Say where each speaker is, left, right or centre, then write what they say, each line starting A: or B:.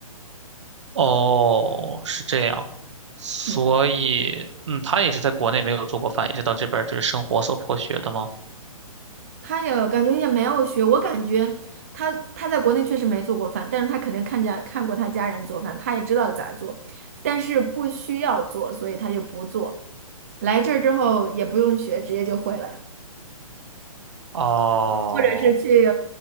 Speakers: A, on the right (about 50°); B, on the right (about 25°).
A: 哦，是这样，所以，
B: <laughs> 嗯，
A: 嗯，他也是在国内没有做过饭，也是到这边儿就是生活所迫学的吗？
B: 他也感觉也没有学，我感觉他他在国内确实没做过饭，但是他肯定看见看过他家人做饭，他也知道咋做，但是不需要做，所以他就不做。来这儿之后也不用学，直接就会了。
A: 哦，
B: 或者是去